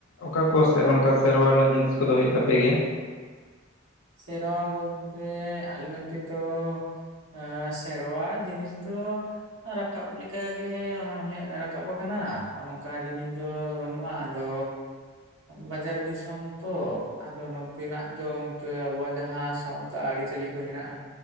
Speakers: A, on the left; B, on the right.
A: ᱚᱠᱟ ᱠᱚ ᱥᱮᱫ ᱚᱱᱠᱟ ᱥᱮᱨᱣᱟ ᱨᱮᱱᱟᱜ ᱡᱤᱱᱤᱥ ᱠᱚᱫᱚ ᱦᱩᱭᱩᱜ ᱛᱟᱯᱮ ᱜᱮᱭᱟ?
B: ᱥᱮᱨᱣᱟ ᱵᱚᱞᱛᱮ ᱟᱞᱮ ᱱᱚᱛᱮ ᱫᱚ ᱮᱸᱻ ᱥᱮᱨᱣᱟ ᱡᱤᱱᱤᱥ ᱫᱚ ᱨᱟᱠᱟᱵ ᱞᱮᱠᱟ ᱜᱮ ᱨᱟᱠᱟᱵ ᱟᱠᱟᱱᱟ ᱱᱚᱝᱠᱟ ᱜᱮ ᱡᱤᱱᱤᱥ ᱫᱚ ᱵᱟᱹᱱᱩᱜ᱾ ᱟᱫᱚ ᱵᱟᱡᱟᱨ ᱫᱤᱥᱚᱢ ᱛᱚ ᱟᱫᱚ ᱱᱚᱛᱮᱱᱟᱜ ᱫᱚ᱾ ᱛᱚ ᱟᱵᱚᱣᱟᱜ ᱡᱟᱦᱟᱸ ᱥᱟᱶᱛᱟ ᱟᱹᱨᱤᱪᱟᱹᱞᱤ ᱠᱚ ᱦᱮᱱᱟᱜᱼᱟ᱾